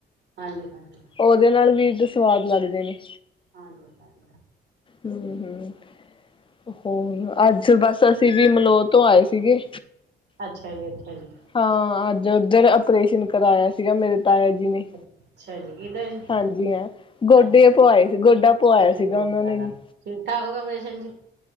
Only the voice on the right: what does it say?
ਹਾਂਜੀ ਹਾਂਜੀ
ਹਾਂਜੀ ਹਾਂਜੀ
ਅੱਛਾ ਜੀ- ਅੱਛਾ ਜੀ।
ਅੱਛਾ ਜੀ ਕਿਹਦਾ ਜੀ
ਅੱਛਾ
ਅੱਛਾ
ਗੋਡਿਆਂ
ਦਾ
ਠੀਕ ਠਾਕ ਹੋ ਗਿਆ ਪਰੇਸ਼ਨ ਜੀ?